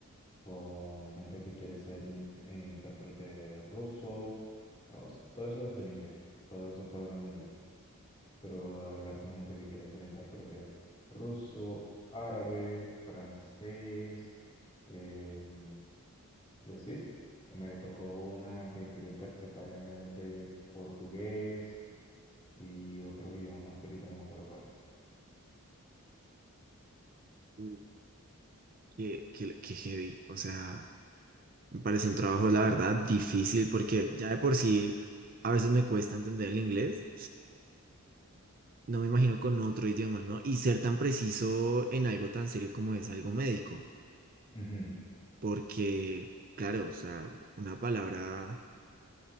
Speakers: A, on the left; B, on the right.
A: con gente que quiere ser in- eh, intérprete ruso. o sea, todo eso es el inglés. Todo eso fue hablando inglés. Pero hablar con gente que quiere ser intérprete ruso, árabe, francés, em, Y así, me tocó una que quería interpretar en- de portugués y otros idiomas más que ahorita no me acuerdo cuáles.
B: Uy, qué, qué, qué heavy. O sea, Me parece un trabajo, la verdad, difícil porque ya de por sí a veces me cuesta entender el inglés. No me imagino con otro idioma, ¿no? Y ser tan preciso en algo tan serio como es algo médico.
A: Ujú,
B: Porque, claro, o sea, una palabra,